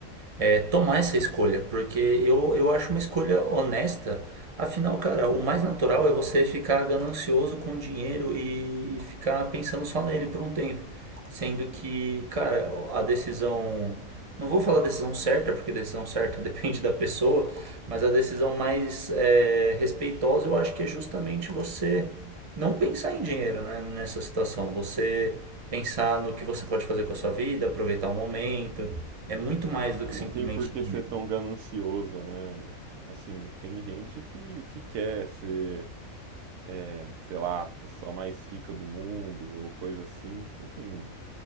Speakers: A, on the right; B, on the right.
A: é, tomar essa escolha, porque eu, eu acho uma escolha honesta. Afinal, cara, o mais natural é você ficar ganancioso com o dinheiro e, e ficar pensando só nele por um tempo. Sendo que, cara, a decisão. Não vou falar decisão certa, porque decisão certa <laughs> depende da pessoa, mas a decisão mais é, respeitosa eu acho que é justamente você não pensar em dinheiro né, nessa situação. Você pensar no que você pode fazer com a sua vida, aproveitar o momento. É muito mais do
B: Não
A: que simplesmente
B: tem por que
A: dinheiro.
B: ser tão ganancioso, né? Assim, tem gente que, que quer ser, é, sei lá, a pessoa mais rica do mundo ou coisa assim. Tipo assim.